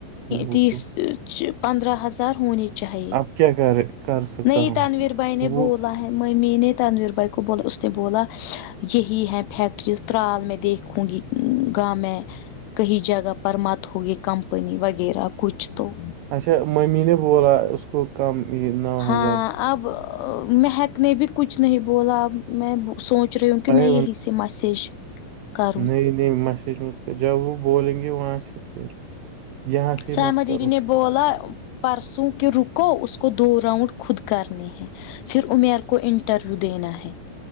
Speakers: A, on the right (about 90°); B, on the left (about 80°).
A: وہ
B: تیس
A: تو
B: پندرہ ہزار ہونی چاہیے
A: اب کیا کیا کر سکتا
B: نہیں
A: ہوں
B: تانویر بھائی نے
A: وہ
B: بول ہے ممی نے تنویر بھائی کو بولا اس نے بولا یہی ہے فیکٹری ترال میں دیکھ خوننگی گ ہے کہیں جگہ پر مت ہوگی کمپنی وغیرہ کچھ تو
A: اچھا ممی نے بولا اس کو کم یہ نو
B: ہاں
A: ہزار
B: اب مہیک نے بھی کچھ نہیں بولا اب میں سوچ رہی ہوں کہ
A: ارے
B: میں یہی سے میسیج کروں
A: میںی نہیں میسیج تو جب وہ بولیں گے وہاں سے پھر یہاں سے
B: سمت
A: مت کرو
B: دیدی نے بولا پرسوں کہ رکو اس کو دو راؤنڈ خود کرنے ہیں پھر امیر کو انٹرویو دینا ہے